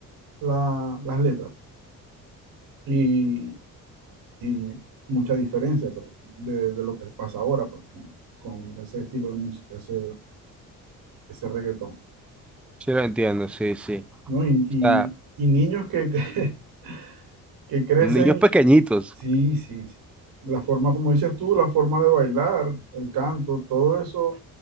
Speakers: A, on the right; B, in the centre.
A: la- las letras. y y mucha diferencia pues, de, de lo que pasa ahora pues, con, con ese estilo de música, ese, ese reggaetón,
B: sí lo entiendo, sí, sí.
A: ¿no? Y,
B: O sea,
A: y, y niños que, que, <laughs> que crecen,
B: niños pequeñitos,
A: sí, sí, sí. La forma, como dices tú, la forma de bailar, el canto, todo eso